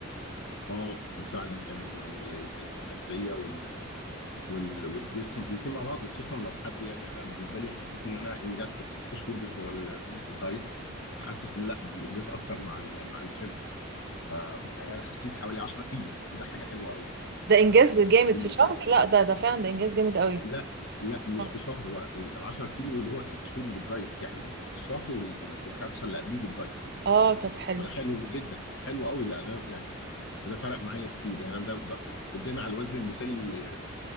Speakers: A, on the left; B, on the right.
A: آه، فعلا كمان يعني ال- ال- ال- النفسيه وال وال والجسم الاثنين مع بعض وخصوصا لو حد يعني انا بالنسبه لي حسيت ان انا انجزت في الست شهور بتوع ال- الدايت فحاسس ان لا بالانجاز اكتر مع ال- مع الجيم ف يعني انا خسيت حوالي 10 كيلو وده حاجه حلوه قوي يعني
B: ده انجاز جامد
A: بالنسبه
B: في شهر لا ده ده فعلا ده انجاز جامد قوي
A: لا لا مش
B: اه
A: في شهر هو ال ال 10 كيلو اللي هو ست شهور بالدايت يعني الشهر وال وال والخمسه اللي قبليه بالدايت
B: آه، طب حلو
A: فده حلو جدا حلو قوي لا انا يعني ده فرق معايا كتير يعني انا ده ده- قدامي على الوزن المثالي آه،